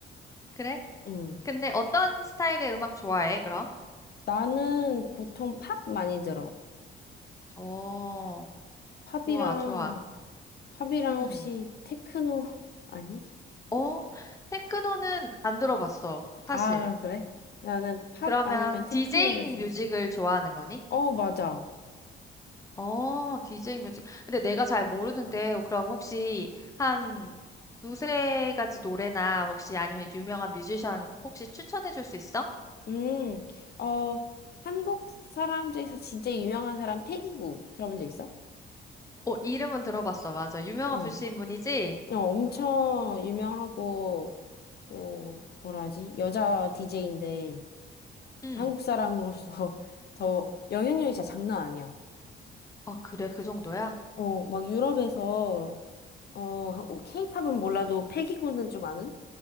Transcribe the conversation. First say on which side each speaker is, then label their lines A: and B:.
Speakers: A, on the left; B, on the left.
A: 그래?
B: 응.
A: 근데 어떤 스타일의 음악 좋아해, 그럼?
B: 나는 보통 팝 많이 들어.
A: 어,
B: 팝이랑,
A: 좋아, 좋아.
B: 팝이랑
A: 음.
B: 혹시 테크노, <laughs> 아니?
A: 어, 테크노는 안 들어봤어, 사실.
B: 아, 그래? 나는 팝
A: 그러면
B: 아니면 테크노를
A: 디제잉
B: 좀,
A: 뮤직을 좋아하는 거니?
B: 어, 맞아.
A: 어, 디제잉 뮤직. 근데 내가 잘 모르는데, 그럼 혹시 한 두세 가지 노래나 혹시 아니면 유명한 뮤지션 혹시 추천해 줄 수 있어?
B: 음, 어, 한국 사람 중에서 진짜 유명한 사람 패기구 들어본 적 있어?
A: 어, 이름은 들어봤어, 맞아. 유명한
B: 어.
A: 분이신 분이지?
B: 어, 엄청 유명하고, 또 뭐라 하지? 여자 DJ인데
A: 음.
B: 한국 사람으로서 <laughs> 더 영향력이 진짜 장난 아니야.
A: 아, 그래, 그 정도야?
B: 어, 막 유럽에서 어, 어, 케이팝은 몰라도 패기구는 좀 아는